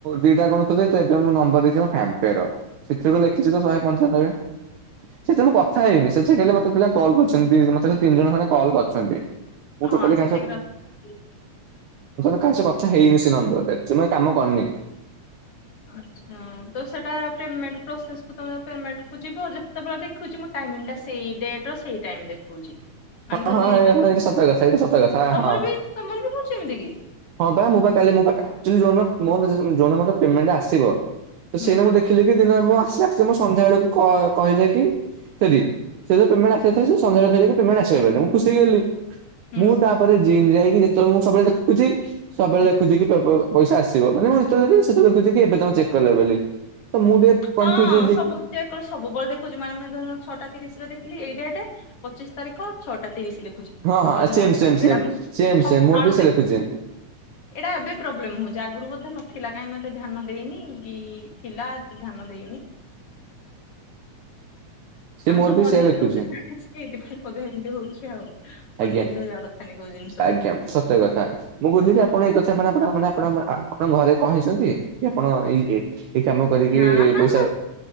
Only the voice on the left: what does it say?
ହଁ
ସେତିକିର
ହୁଁ।
ଆଚ୍ଛା ତ ସେଟା ପେମେଣ୍ଟ ପ୍ରୋସେସ କୁ ତ ପେମେଣ୍ଟ୍ କୁ ଯିବ ଯେତେବେଳେ ଦେଖୁଚି ମୁଁ ଟାଇମିଙ୍ଗ ଟା ସେଇ ଡେଟର ସେଇ ଟାଇମ ଦେଖଉଚି। <unintelligible>
ନେଇନ
ମୁଁ
ତମର
ବି ତମର ବି ହଉଛି ଏମିତି କି?
ହୁଁ
ହୁଁ
ହୁଁ।
ହଁ
ସବୁ ଚେକ୍ କଲେ ସବୁବେଳେ ଦେଖୁଛୁ ମାନେ ମାନେ ଧର ଛଅଟା ତିରିଶରେ ଦେଖିଲି ଏଇ ଡେଟ୍ ଟେ ପଚିଶ ତାରିଖ ଛଅଟା ତିରିଶ ଲେଖୁ ଛି।
ମୁଁ କହିଲି ମୁଁ
ଓଲା।
ଏଇଟା ମୁଁ
ସକାଳୁ
ଦେଖି
ଏଇଟା ଏବେ ପ୍ରୋବ୍ଲେମ ହଉ ଚି ଆଗରୁ ବୋଧେ ନଥିଲା କାଇଁ ମୁଁ ଏତେ ଧ୍ୟାନ ଦେଇନି କି ଥିଲା ଧ୍ୟାନ ଦେଇନି।
ଆମେ
ସବୁ
ଅନେଇକି
ରହୁଛେ ନା ସେଇଥିପାଇଁ ବୋଧେ ଏମିତି ହଉଛି ଆଉ।
ଅନେଇକି ରହିବା କଥାନି କୋଉ ଜିନିଷକୁ
ନା ନା
ନା